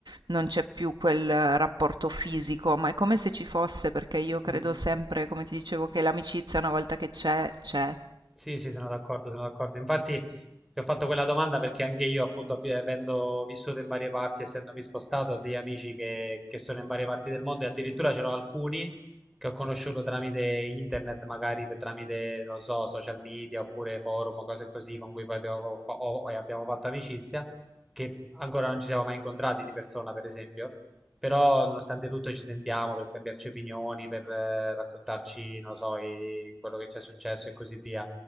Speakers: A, on the right; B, in the centre.
A: non c'è più quel rapporto fisico, ma è come se ci fosse, perché io credo
B: Mm.
A: sempre, come ti dicevo, che l'amicizia una volta che c'è, c'è.
B: Sì, sì, sono d'accordo, sono d'accordo. Infatti ti ho fatto quella domanda perché anche io, appunto, abbi- avendo vissuto in varie parti, essendomi spostato, ho degli amici che, che sono in varie parti del mondo e addirittura c'erano alcuni che ho conosciuto tramite internet, magari per- tramite, non lo so, social media oppure forum, o cose così, con cui poi abbiamo, fa- ho- e abbiamo fatto amicizia, che ancora non ci siamo mai incontrati di persona, per esempio. Però, nonostante tutto, ci sentiamo per scambiarci opinioni, per eh, raccontarci, non lo so, i- quello che ci è successo e così via.